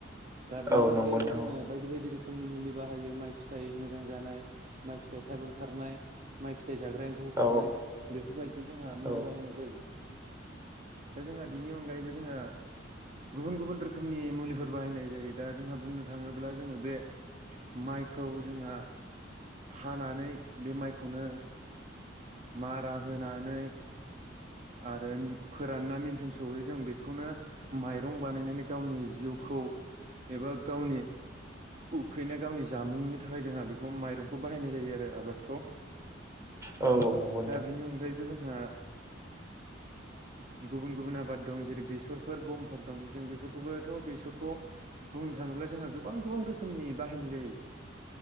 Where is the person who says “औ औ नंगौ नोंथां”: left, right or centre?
Right